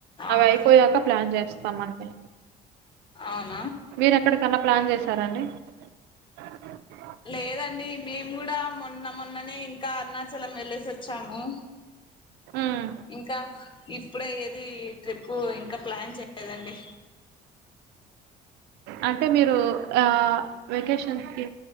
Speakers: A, on the left; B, on the right.
A: అవునా
B: అవి అయిపోయాక ప్లాన్ చేస్తామండి
A: అవును
B: మీరు ఎక్కడికన్నా ప్లాన్ చేసారండి అ
A: లేదండి మేము కూడా మొన్న మొన్ననే ఇంకా అరుణాచలం వెళ్ళసి వచ్చాము
B: ఉమ్
A: ఇంక రెప్పుడైయేది ట్రిప్పు ఇంకా ప్లాన్ చేయలేదండి
B: అంటే మీరు ఆ వెకేషన్స్ కి